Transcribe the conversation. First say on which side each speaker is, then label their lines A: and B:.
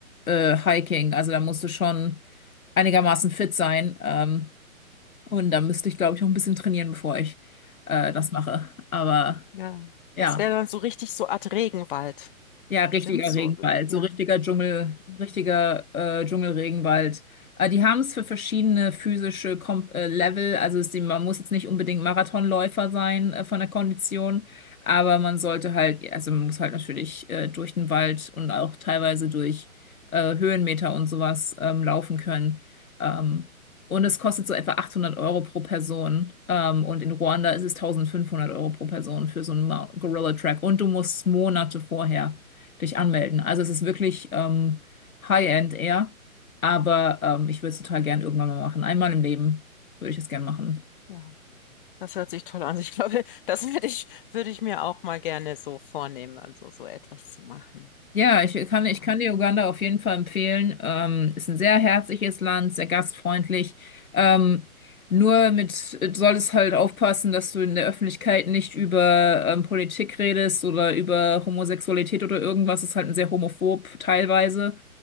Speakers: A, on the left; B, on the left.
A: äh, Hiking, also da musst du schon einigermaßen fit sein ähm, und da müsste ich, glaube ich, noch ein bisschen trainieren, bevor ich äh, das
B: mm,
A: mache, aber
B: ja.
A: ja.
B: Das wäre dann so richtig so Art Regenwald.
A: Ja, richtiger
B: Stimmt so,
A: Regenwald,
B: äh, ja,
A: so richtiger Dschungel,
B: mm,
A: richtiger äh, Dschungelregenwald. Äh, die haben es für verschiedene physische Kom äh, Level, also ist die, man muss jetzt nicht unbedingt Marathonläufer sein äh, von der Kondition, aber man sollte halt, ja, also man muss halt natürlich äh, durch den Wald und auch teilweise durch äh, Höhenmeter und sowas ähm, laufen können. Ähm, und es kostet so etwa 800 Euro pro Person. Ähm, und in Ruanda ist es 1500 Euro pro Person für so einen Mount- Gorilla Track. Und du musst Monate vorher dich anmelden. Also es ist wirklich ähm, High-End eher, aber ähm, ich würde es total gern irgendwann mal machen. Einmal im Leben würde ich es gern machen.
B: ja. Das hört sich toll an. Ich glaube, das würde ich, würde ich mir auch mal gerne so vornehmen, also so etwas zu machen.
A: Ja, ich kann,
B: Ja,
A: ich kann dir Uganda auf jeden Fall empfehlen. Ähm, ist ein sehr herzliches Land, sehr gastfreundlich. Ähm, nur mit, solltest halt aufpassen, dass du in der Öffentlichkeit nicht über ähm, Politik redest oder über Homosexualität oder irgendwas. Ist halt ein sehr homophob teilweise.